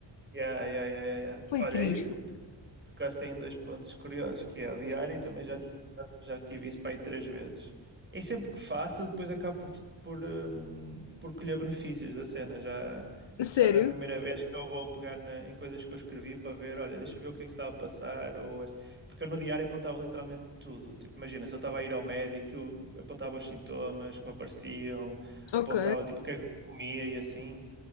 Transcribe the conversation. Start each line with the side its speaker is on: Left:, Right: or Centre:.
Right: Yeah, yeah, yeah, yeah, yeah.
Left: Foi
Right: Olha,
Left: triste.
Right: isso de- por acaso tem dois pontos curiosos, que é o diário, e também já, ti- já, já tive isso para aí três vezes. E sempre que faço, depois acabo por, ti- por, hum, por colher benefícios da cena. Já,
Left: A Sério?
Right: já não é a primeira vez que eu vou pegar na- em coisas que eu escrevi para ver, olha, deixa eu ver o que é que se estava a passar. Ou este- Porque eu no diário apontava literalmente tudo. Tipo, imagina, se eu estava a ir ao médico, eu apontava os sintomas que me apareciam,
Left: Ok.
Right: apontava tipo o que é que eu comia e assim.